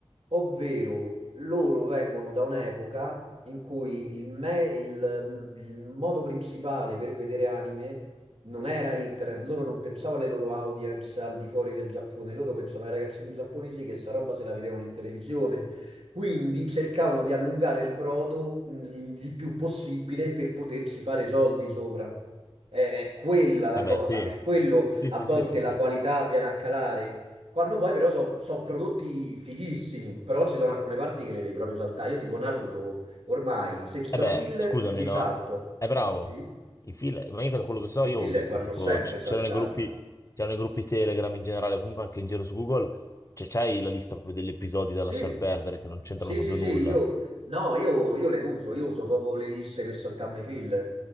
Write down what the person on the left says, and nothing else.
Eh
beh, sì,
sì,
sì,
sì, sì,
sì.
Eh
beh,
scusami,
no?
È bravo.
I fil- ma io da quello che so,
io
ho visto
tipo,
c-
c'erano i gruppi, c'erano i gruppi Telegram in generale, o comunque anche in giro su Google, c'è c'hai la lista proprio degli episodi da
lasciar perdere che non c'entrano
proprio
nulla.